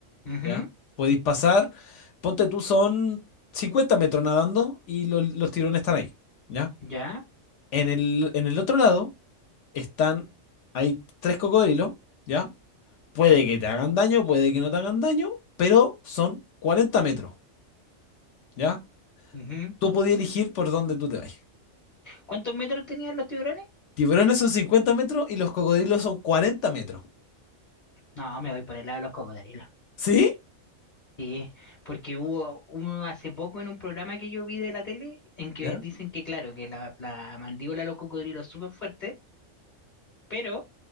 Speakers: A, on the left; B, on the left.
A: ujú,
B: ¿ya? Podéis pasar, ponte tú, son 50 metros nadando y los, los tiburones están ahí, ¿ya?
A: ¿Ya?
B: En el, en el otro lado están, hay tres cocodrilos. ¿Ya? Puede que te hagan daño, puede que no te hagan daño, pero son 40 metros, ¿ya?
A: ujú.
B: Tú podías elegir por dónde tú te vas.
A: ¿Cuántos metros tenían los tiburones?
B: Tiburones son 50 metros y los cocodrilos son 40 metros.
A: No, me voy por el lado de los cocodrilos.
B: ¿Sí?
A: Sí, porque hubo, hubo hace poco en un programa que yo vi de la tele en que
B: ¿Ya?
A: dicen que, claro, que la, la mandíbula de los cocodrilos es súper fuerte, pero